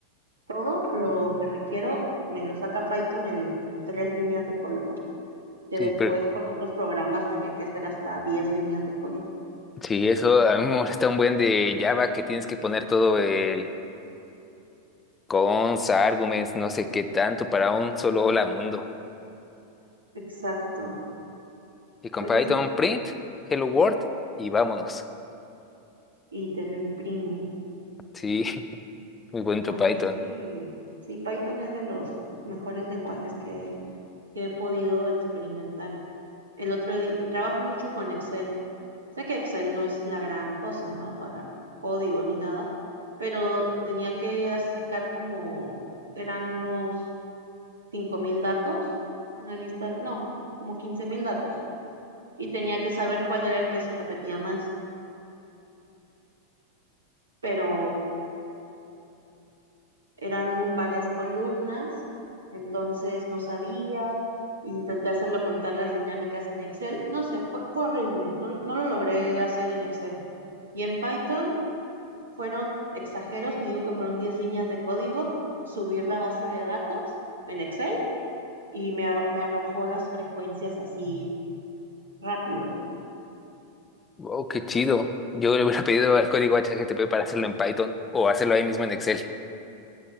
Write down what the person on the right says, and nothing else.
Todo lo que requiero me lo saca Python en tres líneas de código, que
después
con otros programas tenía que hacer hasta diez líneas de código.
Exacto,
pero
sí,
y te lo imprime.
Ay,
es que sí, Python es de los mejores lenguajes que, que he podido experimentar. El otro día, trabajo mucho con Excel. Sé que Excel no es la gran cosa, ¿no? Para código ni nada, pero tenía que sacar como, eran unos cinco mil datos, una lista, no, como quince mil datos, y tenía que saber cuál era el que se repetía más, pero eran mu- varias columnas, entonces no sabía, intenté hacerlo con tablas dinámicas en Excel, no sé, fue, fue horrible, no, no lo logré hacer en Excel. Y en Python fueron exageros, y digo que fueron 10 líneas de código, subir la base de datos en Excel y me, a- me arrojó las frecuencias así rápido.